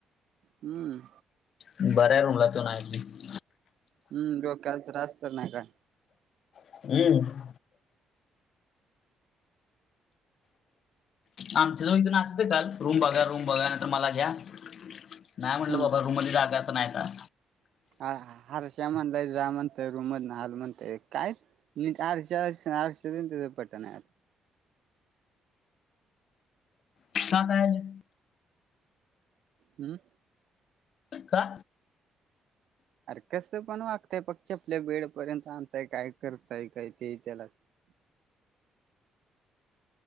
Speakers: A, on the right; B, on the left.
A: हम्म.
B: बरं आहे रुमला तो नाही ते.
A: हम्म डोक्याला त्रास तर नाही काय.
B: हम्म आमच्या‌‌ जवळ इथे नाचत येत्यात रूम बघा रूम बघा नाही तर मला घ्या नाही म्हटलं
A: हम्म
B: बाबा रूममध्ये जागाच नाही आता.
A: ह हा हर्षा म्हणलाय जा म्हणतोय रुममधन हाल म्हणतोय काय. नीट हर्षा असणा हर्षाच आणि त्यांचं पटनाय.
B: <unintelligible>
A: हम्म.
B: का?
A: अर कसं पण वागतंय चपल्या बेडपर्यंत आणताय काय करतय काय ते त्याला.